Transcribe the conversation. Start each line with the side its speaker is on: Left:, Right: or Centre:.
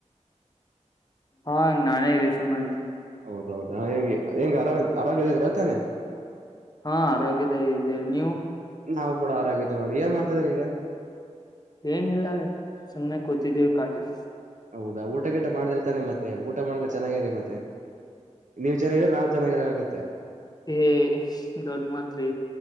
Left: ಹಾ ನಾನೇ ರಿಸೀವ್ ಮಾಡಿದ್ದ.
Right: ಹೌದೌದಾ ಹೆಂಗ ಹೆಂಗೆ ಆರ್ ಆರೋಗ್ಯ ಇದ್ರಿ ತಾನೆ
Left: ಹಾ ಆರೋಗ್ಯದಾಗ ಇದ್ದೀರಿ ನೀವು.
Right: ನಾವು ಕೂಡ ಆರೋಗ್ಯ ಇದೀವ ನೋಡಿ ಏನ್ ಮಾಡತಿದಿರ ಈಗ.
Left: ಏನಿಲ್ಲ ಸುಮ್ಮ್ನೆ ಕೂತಿದ್ದೀವಿ ಕಾಲಜ
Right: ಹೌದಾ ಊಟ ಗಿಟ ಮಾಡ್ದಿರ್ತಾನೆ ಮತ್ತೆ ಊಟ ಮಾಡ್ ಚೆನ್ನಾಗಿರಿ ಮತ್ತೆ ನೀವ್ ಚೆನ್ನಾಗಿದ್ರ ನಾ ಚೆನ್ನಾಗಿರ ಆಗತ್ತೆ.
Left: ಈ ದೊಡ್ಡ ಮಾತ್ರಿ.